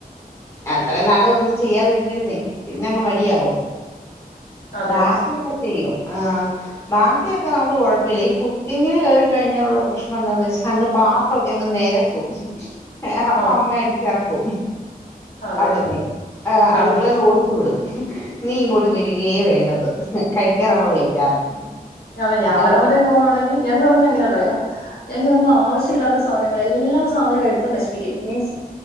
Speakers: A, on the left (about 20°); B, on the left (about 75°).
A: അത്രേം നാളും ഒന്നും ചെയ്യാതിരുന്നിരുന്നേ പിന്നങ്ങ് മടിയാവും.
B: അതെ
A: ബാക്കിയൊക്കെ ചെയ്യോ? ആ ബാക്കിയൊക്കെ നമുക്ക് കൊഴപ്പില്ല, ഈ കുക്കിങ്ങിന് കേറി കഴിഞ്ഞാലൊള്ള പ്രശ്നന്താന്ന് വെച്ചാൽ അങ്ങ് പാത്രമൊക്കെ അങ്ങ് നെരക്കും. ഏ അപ്പ
B: ഓ
A: അമ്മ അടിച്ചെറക്കും.
B: അതെ
A: അവിടന്നേ ആ അടുക്കളെന്ന്
B: ആഹാ
A: ഓടിച്ചു വിടും. നീ ഇങ്ങോട്ട് വരികേ വേണ്ടന്ന് നി കഴിക്കാറാകു വിളിക്കാന്ന്.
B: അത് ഞാനോ
A: അങ്ങനെ
B: മറ്റോ കേറുവാണെങ്കി ഞാൻ കേറിന്നാ എങ്ങന്യാന്നറിയാവോ ഞാൻ കേറുമ്പോ ആവശ്യല്ലാത്ത സാധനങ്ങൾ എല്ലാ സാധനവും എടുത്ത് നശിപ്പിക്കും മീൻസ്